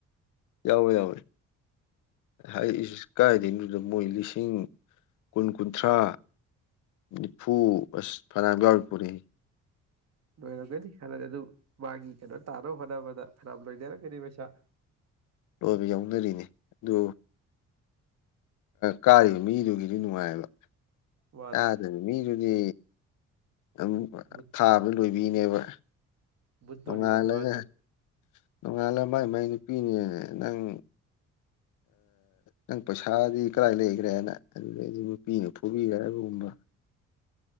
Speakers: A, on the left (about 80°); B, on the right (about 60°).
A: ꯌꯥꯎꯋꯣꯏ ꯌꯥꯎꯋꯏ ꯍꯥꯏ ꯀꯥꯏꯗꯗꯨꯗ ꯃꯣꯏ ꯂꯤꯁꯤꯡ ꯀꯨꯟ ꯀꯨꯟꯊ꯭ꯔꯥ ꯅꯤꯐꯨ ꯑꯁ ꯐꯅꯌꯥꯝ ꯌꯥꯎꯔ ꯄꯨꯔꯤ
B: ꯂꯣꯏꯔꯝꯒꯅꯤ ꯈꯜꯂꯦ ꯑꯗꯨ ꯃꯥꯒꯤ ꯀꯩꯅꯣ ꯇꯥꯅꯕ ꯍꯣꯠꯅꯕꯗ ꯐꯅꯌꯥꯝ ꯂꯣꯏꯅꯔꯝꯒꯅꯤ ꯄꯩꯁꯥ <inaudible>
A: ꯂꯣꯏꯕ ꯌꯥꯎꯅꯔꯤꯅꯦ ꯑꯗꯨ ꯀꯥꯔꯤꯕ ꯃꯤꯗꯨꯒꯤꯗꯤ ꯅꯨꯡꯉꯥꯏꯑꯕ
B: ꯃꯥꯅꯤ
A: ꯌꯥꯥꯗꯕ ꯃꯤꯗꯨꯗꯤ ꯑꯗꯨꯝ
B: ꯃꯨꯠ
A: ꯊꯥ ꯑꯃ ꯂꯣꯏꯕꯤꯅꯦꯕ
B: ꯃꯨꯠꯇꯧꯔꯤꯕꯅꯤ
A: ꯅꯣꯡꯉꯥꯜꯂꯒꯦ
B: ꯃꯥꯁꯨ
A: ꯅꯣꯡꯉꯥꯜꯂ ꯃꯥꯏ ꯃꯥꯏ ꯅꯨꯄꯤꯅꯦ ꯅꯪ ꯅꯪ ꯄꯩꯁꯥꯗꯤ ꯀꯗꯥꯏ ꯂꯩꯈ꯭ꯔꯦꯅ ꯑꯗꯨꯗꯩ ꯑꯩꯗꯤ ꯅꯨꯄꯤꯅ ꯐꯨꯕꯤꯈ꯭ꯔꯦ ꯍꯥꯏꯕꯨꯝꯕ ꯝꯕ